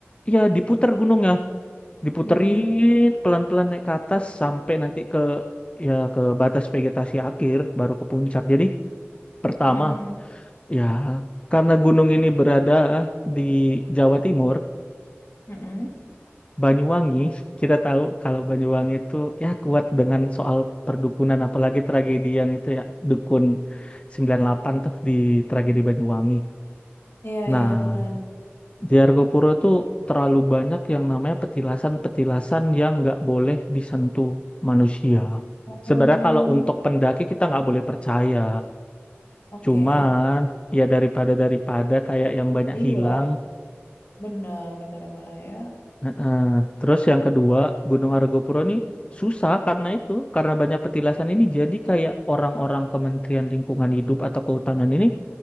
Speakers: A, on the left; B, on the left.
A: ya diputar gunungnya, diputerin
B: Hmm.
A: pelan-pelan naik ke atas sampai nanti ke ya ke batas vegetasi akhir baru ke puncak. Jadi pertama
B: Mm-mm.
A: ya karena gunung ini berada di Jawa Timur,
B: Mm-mm.
A: Banyuwangi kita tahu kalau Banyuwangi itu ya kuat dengan soal perdukunan apalagi tragedi yang itu ya dukun sembilan delapan tuh di tragedi Banyuwangi.
B: Iya,
A: Nah,
B: iya, pernah
A: di Argopuro tuh terlalu banyak yang namanya petilasan-petilasan yang nggak boleh disentuh manusia.
B: Oh,
A: Sebenarnya kalau untuk pendaki kita nggak boleh percaya,
B: oke.
A: Cuman ya daripada daripada kayak yang banyak
B: Iya,
A: hilang.
B: bener, berbahaya.
A: Nah, eh, terus yang kedua Gunung Argopuro ini susah karena itu karena banyak petilasan ini jadi kayak orang-orang Kementerian Lingkungan Hidup atau Kehutanan ini